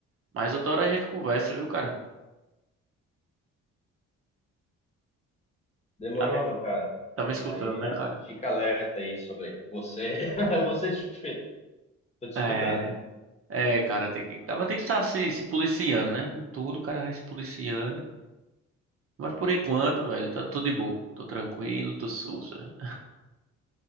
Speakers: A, on the right; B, on the left.
A: Mas outra hora a gente conversa, viu, cara?
B: Demorou,
A: Tá me,
B: meu cara.
A: tá me escutando,
B: Daí
A: né,
B: é,
A: cara?
B: fica alerta aí sobre você. <laughs> Você, desfe- tô te escutando.
A: É,
B: cara.
A: é, cara, tem que, acaba tem que estar se, se policiando, né? Em tudo, o cara vai se policiando. Mas por enquanto, velho, tá tudo de boa. Tô tranquilo, tô sussa.